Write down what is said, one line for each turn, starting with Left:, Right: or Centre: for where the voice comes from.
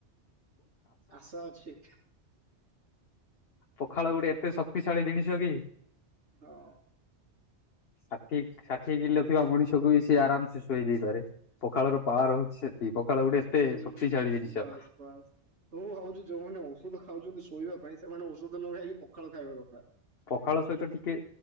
Right: ଆସା ଅଛି।
Left: ପଖାଳ ଗୁଟେ ଏତେ ଶକ୍ତିଶାଳୀ ଜିନିଷ କି
Right: ହଁ।
Left: ଷାଠି ଷାଠିଏ କିଲୋ ଥିବା ମଣିଷକୁ ବି ସେ ଆରାମସେ ଶୁଆଇ ଦେଇପାରେ। ପଖାଳର ପାୱରି ହଉଛି ସେଠି। ପଖାଳ ଗୋଟେ ଏତେ
Right: ହୁଁ
Left: ଶକ୍ତିଶାଳୀ ଜିନିଷ।
Right: ବାସ୍ ବାସ୍। ମୁଁ ଭାବୁଚି ଯୋଉମାନେ ଔଷଧ ଖାଉଛନ୍ତି ଶୋଇବା ପାଇଁ ସେମାନେ ଔଷଧ ନଖାଇକି ପଖାଳ ଖାଇବା କଥା।
Left: ପଖାଳ ସହିତ ଟିକେ